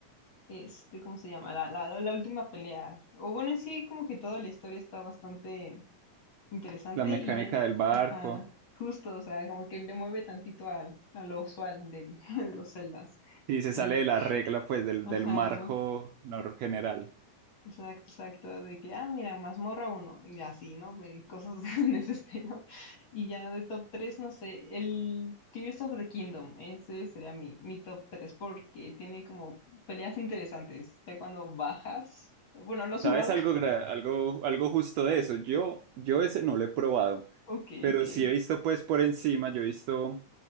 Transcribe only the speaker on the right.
La mecánica
del barco.
Sí, se sale
de la regla, pues, del,
del marco nor- general.
¿Sabes algo,
gra- algo, algo justo de eso? Yo, yo ese no lo he probado,
pero
sí he visto, pues, por encima, yo he visto